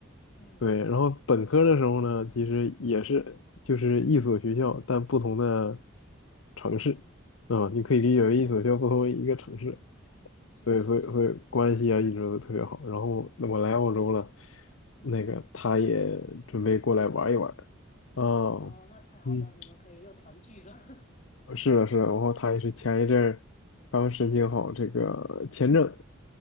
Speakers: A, on the left (about 35°); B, on the left (about 70°).
A: 嗯
B: 对，然后本科的时候呢，其实也是就是一所学校，但不同的城市，
A: 嗯，
B: 啊、你可以理解为一所学校不同于一个城市，
A: 哦，是是是，
B: 对，所以所以关系啊一直都特别好。然后那我来澳洲了，
A: 哇，嗯，
B: 那个他也准备过来玩一玩，啊、
A: 哦，那太好了，
B: 嗯，
A: 你们可以又团聚了。
B: 是的，是的，然后他也是前一阵儿刚申请好这个签证。
A: <laughs> 嗯，